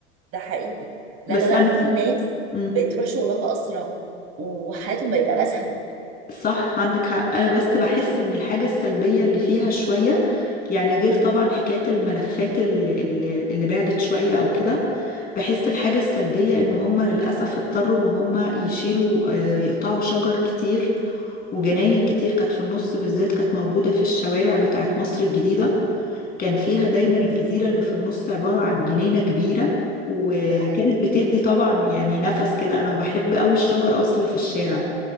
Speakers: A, on the right; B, on the left.
A: ده حقيقي لا
B: بس
A: لا لا
B: انا
A: ده في ناس
B: مم.
A: بقت تروح شغلها اسرع وحياتهم بقت اسهل
B: صح عندك حق انا بس بحس ان الحاجة السلبية اللي فيها شوية يعني غير طبعا حكاية الملفات اللي, اللي اللي بعدت شوية او كده بحس الحاجة السلبية ان هم للأسف اضطروا ان هم يشيلوا آه، يقطعوا شجر كتير وجناين كتير كانت في النص بالذات كانت موجودة في الشوارع بتاعت مصر الجديدة كان فيها دايما الجزيرة اللي في النص عبارة عن جنينة كبيرة وكانت
A: ده حقيقي
B: بتدي طبعا يعني نفس كده انا بحب قوي الشجر اصل اللي في الشارع